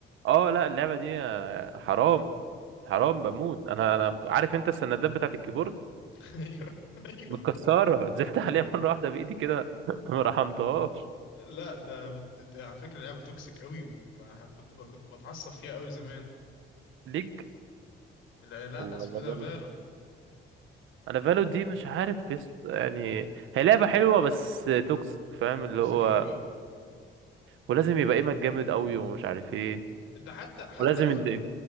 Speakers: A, on the right; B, on the left.
A: اه لا اللعبه دي آه، حرام
B: مم.
A: حرام بموت انا انا عارف انت السندات بتاعت الكيبورد
B: <laughs> ايوه ايوه
A: متكسرة نزلت عليها مرة واحدة بإيدي كده <laughs> ما رحمتهاش
B: لا ده بت- على فكره لعبه توكسيك قوي وكنت ب... كنت بتعصب فيها قوي زمان
A: ليج
B: لا, لا
A: ولا
B: اسمه ايه ده
A: بالو
B: فالو
A: أنا بالو دي مش عارف يس... يعني هي لعبة حلوة بس توكسيك فاهم اللي
B: توكسيك
A: هو
B: قوي
A: ولازم يبقى ايمك جامد
B: مم.
A: قوي ومش عارف ايه
B: انت حتى حتى
A: ولازم
B: لو
A: يديك